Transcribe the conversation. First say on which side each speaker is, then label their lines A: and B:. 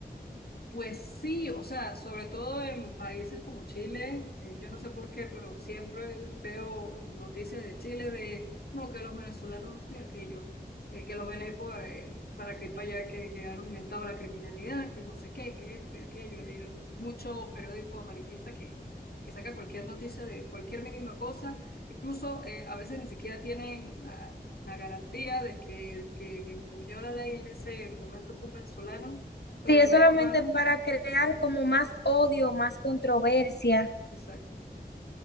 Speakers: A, on the left; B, on the left.
A: Pues sí, o sea, sobre todo en países como Chile, eh, yo no sé por qué, pero siempre veo noticias de Chile de, no, que los venezolanos esto y aquello, eh, que los venecos para que para allá que quedaron en estado de la criminalidad, que no sé qué, que esto y aquello. Hay mucho periódico amarillista que, que saca cualquier noticia de cualquier mínima cosa, incluso eh, a veces ni siquiera tienen la, la garantía de que el que infringió la ley en ese momento fue un venezolano pero
B: Sí,
A: los
B: es
A: medios
B: solamente
A: van,
B: para crear
A: sí,
B: como más odio, más controversia,
A: exacto,